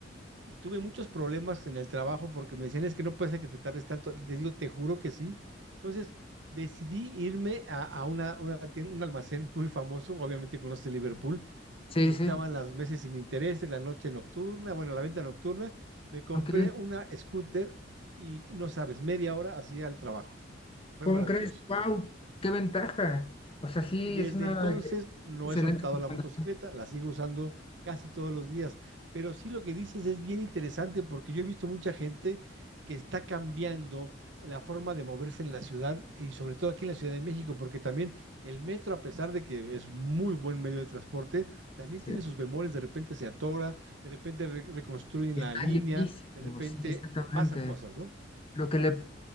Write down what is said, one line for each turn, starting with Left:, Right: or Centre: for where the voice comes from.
Right: Y tuve muchos problemas en el trabajo porque me decían, es que no puede ser que te tardes tanto. Les digo, te juro que sí. Entonces decidí irme a, a una, una tienda- un almacén muy famoso, obviamente conoces Liverpool,
Left: Sí,
Right: y estaban
Left: sí.
Right: las meses sin intereses, la noche nocturna, bueno, la venta nocturna. Me compré
Left: Ok.
Right: una scooter y no sabes, media hora hacía el trabajo. Fue
Left: ¿Cómo
Right: maravilloso.
Left: crees? ¡Wow! ¡Qué ventaja! O sea, sí,
Right: Y desde
Left: es una
Right: entonces no
Left: excelente
Right: he soltado
Left: recomendación.
Right: la motocicleta, la sigo usando casi todos los días. Pero sí lo que dices es bien interesante porque yo he visto mucha gente que está cambiando la forma de moverse en la ciudad y sobre todo aquí en la Ciudad de México, porque también el metro, a pesar de que es muy buen medio de transporte, también
Left: Sí.
Right: tiene sus bemoles, de repente se atora, de repente re- reconstruyen
Left: Está
Right: la línea,
Left: llenísimo,
Right: de repente
Left: sí, exactamente.
Right: pasan cosas, ¿no?
Left: Lo que le